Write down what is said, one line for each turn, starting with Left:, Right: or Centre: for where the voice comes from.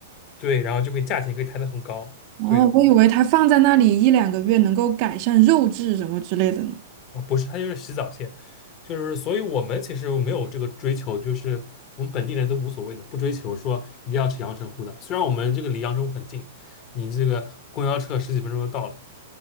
Left: 对，然后就可以价钱可以抬得很高，
Right: 哦，
Left: 对。
Right: 我以为它放在那里一两个月能够改善肉质什么之类的呢。
Left: 啊，不是，它就是洗澡蟹，就是所以我们其实没有这个追求，就是我们本地人都无所谓的，不追求说一定要吃阳澄湖的。虽然我们这个离阳澄湖很近，你这个公交车十几分钟就到了。